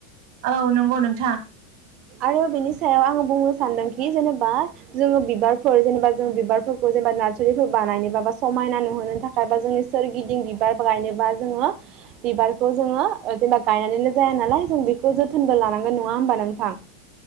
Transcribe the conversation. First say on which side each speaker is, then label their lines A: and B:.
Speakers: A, on the right (about 60°); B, on the right (about 40°).
A: औ नंगौ नोंथां।
B: आरो बेनि सायाव आङो बुंनो सानदोंखि जेनेबा जोङो बिबारफोर जेनेबा जों बिबारफोरखौ जेनेबा नार्सारिफोर बानायनोबा बा समायना नुहोनो थाखाय बा जोंनि सोरगिदिं बिबार गायनोबा जोङो बिबारखौ जोङो ओ जेनेबा गायनानैल जाया नालाय जों बेखौ जोथोनबो लानांगोन नङा होमबा नोंथां।